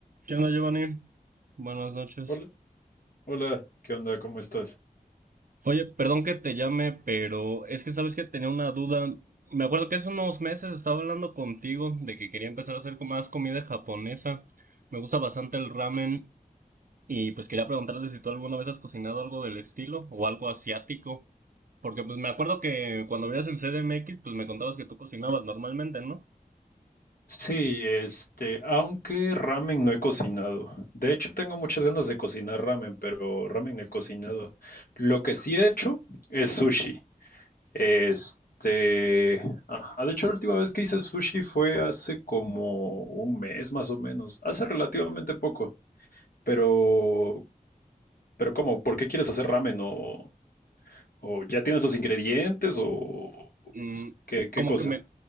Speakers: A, on the right; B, on the left.
A: ¿Qué onda, Giovanni? Buenas noches.
B: Hola, hola, ¿qué onda? ¿Cómo estás?
A: Oye, perdón que te llame, pero es que sabes que tenía una duda. Me acuerdo que hace unos meses estaba hablando contigo de que quería empezar a hacer como más comida japonesa. Me gusta bastante el ramen y pues quería preguntarte si tú alguna vez has cocinado algo del estilo o algo asiático. Porque pues me acuerdo que cuando veías el CDMX, pues me contabas que tú cocinabas normalmente, ¿no?
B: Sí, este, aunque ramen no he cocinado. De hecho, tengo muchas ganas de cocinar ramen, pero ramen no he cocinado. Lo que sí he hecho es sushi. Este, ajá, de hecho, la última vez que hice sushi fue hace como un mes más o menos, hace relativamente poco. Pero, pero ¿cómo? ¿Por qué quieres hacer ramen? ¿O, o ya tienes los ingredientes? ¿O
A: Mm,
B: pues, qué, qué
A: como
B: cosa?
A: que me,